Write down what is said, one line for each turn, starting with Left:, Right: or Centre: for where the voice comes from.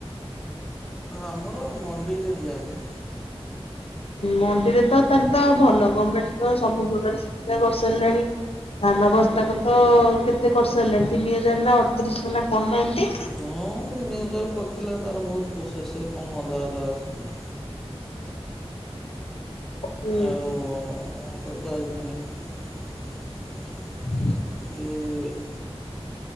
Centre: ଆମର ମଣ୍ଡିରେ ଦିଆ ହୁଏ।
Left: ମଣ୍ଡିରେ ତ ତାହେଲେ ତ ଭଲ ଗଭର୍ଣମେଣ୍ଟ ତ ସବୁ ପ୍ରକାର ଶିକ୍ଷା କରିସାରିଲାଣି। ଧାନ ବସ୍ତା କ ତ କେତେ ଖର୍ଷ ହେଲାଣି ତିନି ହଜାର ନା ଅଠତିରିଶଶହ ନା କଣ ନା ଏମିତି?
Centre: ହଁନି ହଜାର କରିଥିଲା ତାର ବହୁତ ପୁସରେ କଣ ଅଧା ଅଧା ଆସୁଛି।
Left: ହୁଁ।
Centre: ଆଉ <unintelligible>
Left: ହୁଁ
Centre: କି।